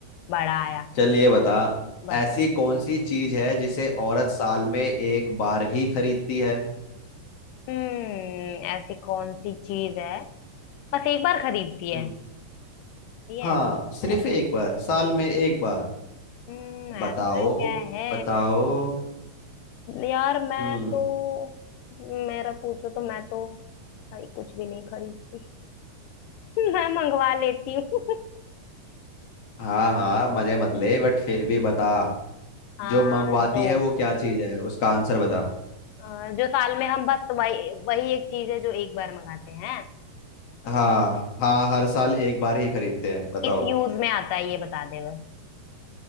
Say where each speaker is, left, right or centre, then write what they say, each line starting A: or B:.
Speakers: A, on the left (about 80°); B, on the left (about 50°).
A: बड़ा आया
B: चल ये बता
A: बता
B: ऐसी कौन सी चीज है जिसे औरत साल में एक बार ही खरीदती है
A: हम्म ऐसी कौन सी चीज है बस एक बार खरीदती
B: हम्म,
A: है ठीक है
B: हाँ सिर्फ
A: ऐ-
B: एक बार साल में एक बार
A: हम्म ऐसा
B: बताओ
A: क्या है
B: बताओ
A: यार मैं
B: हम्म
A: तो मेरा पूछो तो मैं तो भाई कुछ भी नहीं खरीदती <laughs> मैं मंगवा लेती हूँ
B: हाँ हाँ मजे मत ले बट फिर भी बता
A: हाँ
B: जो मंगवाती
A: तो
B: है वो क्या चीज है उसका आंसर बता
A: अ, जो साल में हम बस वही वही एक चीज है जो एक बार मंगाते हैं
B: हाँ हाँ हर साल एक बार ही खरीदते हैं बताओ
A: किस यूज में आता है ये बता दे बस